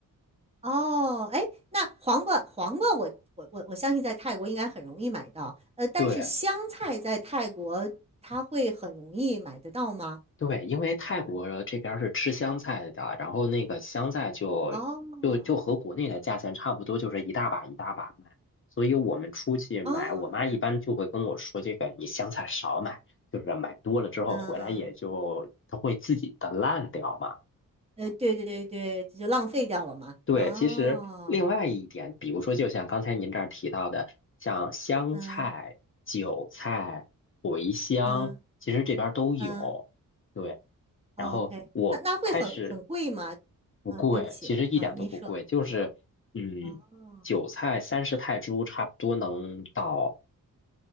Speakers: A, on the right (about 20°); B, on the left (about 40°).
A: 哦，哎，那黄瓜，黄瓜我，我我我相信在泰国应该很容易买到，呃，但是香菜在泰国它会很容易买得到吗？
B: 对对，因为泰国这边儿是吃香菜的，然后那个香菜就就就和国内的价钱差不多，
A: 哦，
B: 就是一大把一大把卖。所以我们出去买，
A: 哦，
B: 我妈一般就会跟我说，这个你香菜少买，就是买多了之后回来也就它会自己的烂掉嘛。
A: 嗯，呃，对对对对，就浪费掉了嘛。
B: 对，
A: 哦，
B: 其实另外一点，比如说，就像刚才您这儿提到的，像香菜、
A: 嗯
B: 韭菜、茴香，
A: 嗯
B: 其实这边儿都有。
A: 嗯。
B: 对，
A: 哦
B: 然后我开始
A: OK，那那会很很贵吗？
B: 不贵，
A: 啊，对不起啊，
B: 其实一点都不贵，
A: 您说啊，
B: 就是嗯，
A: 哦，
B: 韭菜三十泰铢差不多能到。